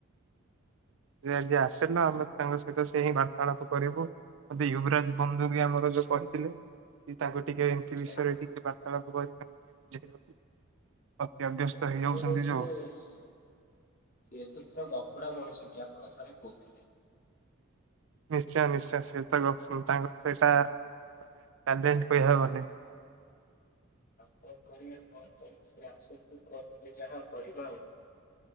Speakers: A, on the right; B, on the left.
A: ସେ ଆଜି ଆସିଲା ଆମେ ତାଙ୍କ ସହିତ ସେ ହିଁ ବା ର୍ତ୍ତାଳାପ କରିବୁ ମୋତେ ୟୁବରାଜ ବନ୍ଧୁ ବି ଆମର ଯୋଉ କହିଥିଲେ କି ତାଙ୍କୁ ଟିକେ ଏମିତି
B: ଆଜ୍ଞା।
A: ବିଷୟରେ ଟିକେ ବାର୍ତ୍ତାଳାପ କରି <unintelligible>
B: ଆପଣ
A: ହେଇଯାଉଛନ୍ତି
B: ଜଉ କହୁଥିଲେ
A: ଯୋଉ
B: ଯେହେତୁ ପୁରା ଗପୁଡା ମଣିଷଟି ଆପଣ ଥରେ କହୁଥିଲେ।
A: ନିଶ୍ଚୟ ନିଶ୍ଚୟ ସେ ଗପୁସିନ୍ତି ତାଙ୍କର ସେଇଟା ଟ୍ୟାଲେଣ୍ଟ କହିଆକୁ ଗଲେ।
B: ଆଉ କଣ କରିବେ କୁହନ୍ତୁ ସେ ଆସନ୍ତୁ କହିବେ ଯାହା କରିବା ଆଉ।